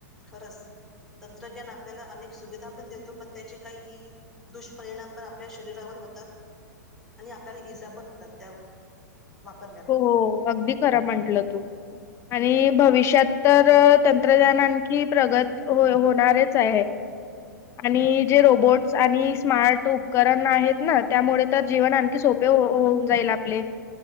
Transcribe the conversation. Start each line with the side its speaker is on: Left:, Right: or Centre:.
Centre: खरंच तंत्रज्ञान आपल्याला अनेक सुविधा पण देतो पण त्याचे काही दुष्परिणाम पण आपल्या शरीरावर होतात. आणि आपल्याला इजा पण होतात. त्या वापरल्यामुळे
Left: हो अगदी खरं म्हटलं तू - आणि भविष्यात तर तंत्रज्ञान आणखी प्रगत हो होणारच आहे. आणि जे रोबोट्स आणि - स्मार्ट उपकरण आहेत ना त्यामुळे तर जीवन आणखी सोपे होऊन जाईल आपले.